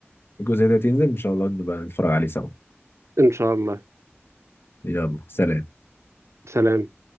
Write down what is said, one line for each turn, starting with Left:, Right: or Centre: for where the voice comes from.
Left: الجزء ده ينزل ان شاء الله نبقى نتفرج عليه سوا
Right: إن شاء الله
Left: يلا سلام
Right: سلام